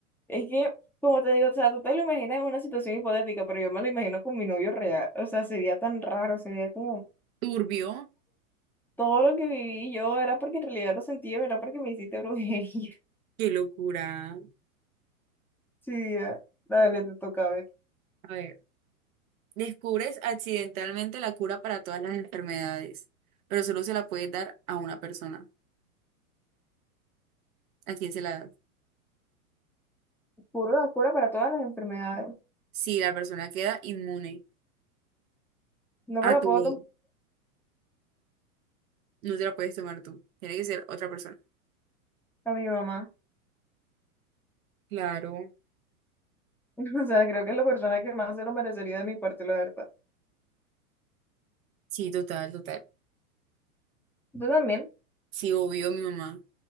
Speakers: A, in the centre; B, on the right.
A: es que, como te digo, o sea, tú te lo imaginas en una situación hipotética, pero yo me lo imagino con mi novio real. O sea, sería tan raro, sería como
B: Turbio.
A: todo lo que viví yo era porque en realidad lo sentí, era porque me hiciste brujería. <laughs>
B: Qué locura.
A: Sí, ya. Dale, te toca ver.
B: A ver, descubres accidentalmente la cura para todas las enfermedades, pero solo se la puedes dar a una persona. ¿A quién se la das?
A: Cura, cura para todas las enfermedades.
B: Si la persona queda inmune
A: No
B: a
A: me lo
B: tu
A: puedo
B: ley,
A: tomar
B: no te la puedes tomar tú. Tiene que ser otra persona.
A: a mi mamá.
B: Claro.
A: <laughs> O sea, creo que es la persona que más se lo merecería de mi parte, la verdad.
B: Sí, total, total.
A: Tú también,
B: Sí, obvio, mi mamá.